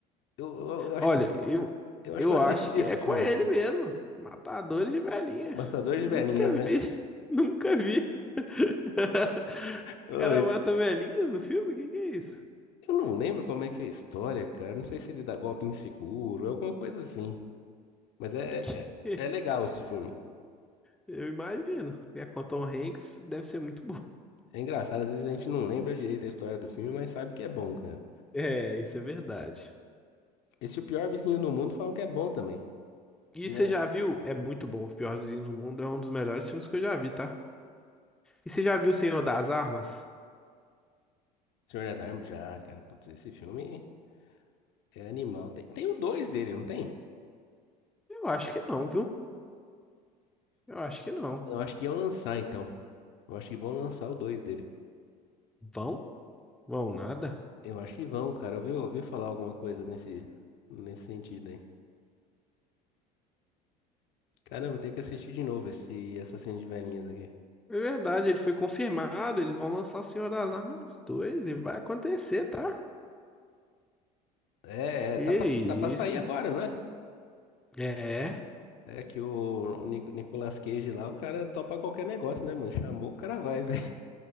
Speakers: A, on the left (about 55°); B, in the centre.
A: Eu, eu, eu acho
B: Olha,
A: que, eu
B: eu,
A: eu acho
B: eu
A: que eu assisti
B: acho que
A: esse
B: é com
A: filme.
B: ele mesmo. Matadores de velhinha.
A: Bastadores de
B: Nunca
A: Velhinhas,
B: vi.
A: né?
B: <laughs> Nunca vi. <laughs>
A: Ô,
B: O cara
A: mas
B: mata velhinha no filme? O que que é isso?
A: Eu não lembro como é que é a história, cara. Não sei se ele dá golpe inseguro, alguma coisa assim. Mas é,
B: <laughs>
A: é, é legal esse filme.
B: Eu imagino. E é com Tom Hanks, deve ser muito bom.
A: É engraçado, às vezes a gente não lembra direito a história do filme, mas sabe que é bom, cara.
B: É, isso é verdade.
A: Esse é o pior vizinho do mundo falam que é bom também.
B: E
A: Minha
B: você já viu? É muito bom. O Pior Vizinho do Mundo é um dos melhores filmes que eu já vi, tá? E você já viu O Senhor das Armas?
A: Senhor das Armas já, cara. Putz, esse filme é animal. Tem, tem o dois dele, não tem?
B: Eu acho que não, viu? Eu acho que não.
A: Eu acho que iam lançar, então. Eu acho que vão lançar o 2 dele.
B: Vão? Vão nada.
A: Eu acho que vão, cara. Eu ouvi, ouvi falar alguma coisa nesse, nesse sentido aí. Caramba, tem que assistir de novo esse Assassino de Velhinhas aqui.
B: É verdade, ele foi confirmado. Eles vão lançar o Senhor das Armas 2 e vai acontecer, tá?
A: É,
B: Que
A: é, tá
B: isso.
A: pra, tá pra sair agora, não é?
B: É.
A: É que o, o Ni- Nicolas Cage lá, o cara topa qualquer negócio, né, mano? Chamou, o cara vai, velho.